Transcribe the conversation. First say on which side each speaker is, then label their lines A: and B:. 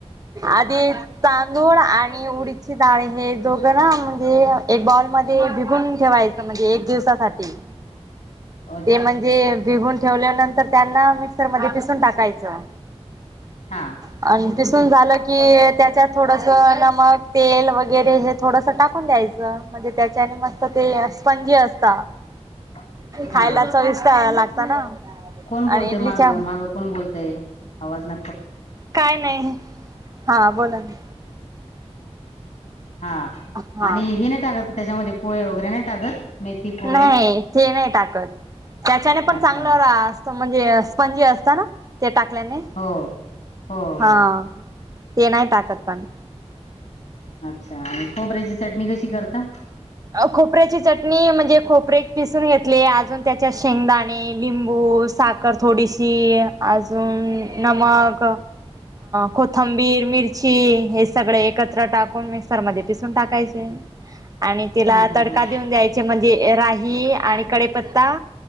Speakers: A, on the right; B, on the left.
A: आधी तांदूळ आणि उडीदची डाळ हे दोघं ना म्हणजे एक बाउलमध्ये भिजून ठेवायचं म्हणजे एक दिवसासाठी
B: अच्छा
A: ते म्हणजे भिगुन ठेवल्यानंतर त्यांना मिक्सर मध्ये पिसून टाकायचं
B: हा
A: अन पिसून झालं की त्याच्यात थोडस नमक मग तेल वगैरे हे थोडस टाकून द्यायचं म्हणजे त्याच्याने मस्त ते स्पंजी असत
B: <inaudible> हा
A: खायला चविष्ट लागत ना
B: कोण बोलते
A: आणि इडलीच्या
B: माग माग कोण बोलत - तय आवाज -
A: काय नाही हा बोला ना
B: हा
A: हा
B: आणि हे नाही टाकत त्याच्यामध्ये पोहे वगैरे नाही टाकत मेथी पोहे
A: नाही ते नाही टाकत त्याच्याने पण
B: अच्छा
A: चांगलं रा असत म्हणजे स्पनजी असत ना ते टाकल्याने
B: हो हो हो
A: हा ते नाही टाकत पण
B: अच्छा आणि खोबऱ्याची चटणी कशी करता
A: खोपऱ्याची चटणी म्हणजे खोपरे पिसून घेतले अजून त्याच्यात शेंगदाणे लिंबू साखर थोडीशी अजून नमक कोथंबी बीर मिरची हे सगळं एकत्र टाकून मिक्सर मध्ये पिसून टाकायचे आणि तिला
B: ह ह
A: तडका
B: ह
A: देऊन द्यायचे म्हणजे राही आणि कडीपत्ता